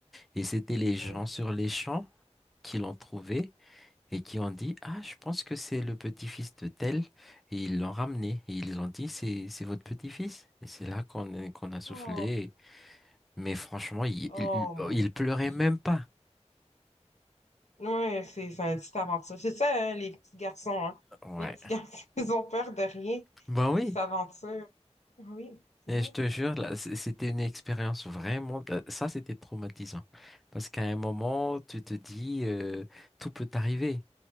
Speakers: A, in the centre; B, on the left (about 75°).
A: Et c'était les gens
B: oui.
A: sur les champs qui l'ont trouvé et qui ont dit, Ah, je pense que c'est le petit-fils de tel. Et ils l'ont ramené. Et ils ont dit, C'est, c'est votre petit-fils. Et c'est là qu'on, est- qu'on a soufflé.
B: Oh.
A: Mais franchement, il,
B: Oh
A: il,
B: my
A: il pleurait
B: gosh.
A: même pas.
B: Ouais, c'est c'est une petite aventure. C'est ça, hein, les petits garçons, hein.
A: Ouais.
B: Les petits garçons, <laughs> ils ont peur de rien.
A: Bah oui.
B: Ils s'aventurent. Oui, c'est
A: Et
B: vrai.
A: je te jure, là, c- c'était une expérience vraiment, euh, ça c'était traumatisant. Parce qu'à un moment, tu te dis, euh, tout peut t'arriver.